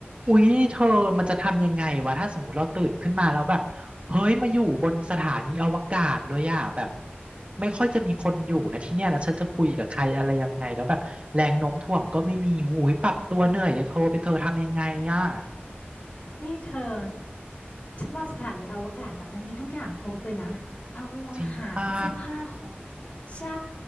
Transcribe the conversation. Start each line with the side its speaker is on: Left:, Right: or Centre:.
Right: อุ๊ยเธอมันจะทำยังไงวะถ้าสมมติเราตื่นขึ้นมาแล้วแบบเฮ้ยมาอยู่บนสถานีอวกาศเลยอะแบบไม่ค่อยจะมีคนอยู่นะที่เนี่ยแล้วฉันจะคุยกับใครอะไรยังไงแล้วแบบแรงโน้มถ่วงก็ไม่มีหูยปรับตัวเหนื่อยเลยเธอเป็นเธอทำยังไงอะ
Left: นี่เธอ ฉันว่าสถานีอวกาศอ่ะมันมีทุกอย่างครบเลยนะเอาอาหารเสื้อผ้าของ
Right: จริงเปล่า
Left: ใช่